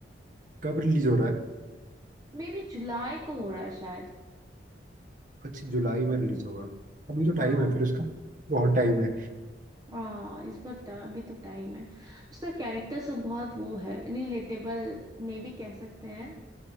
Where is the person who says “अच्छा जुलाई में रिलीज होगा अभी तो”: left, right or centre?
Right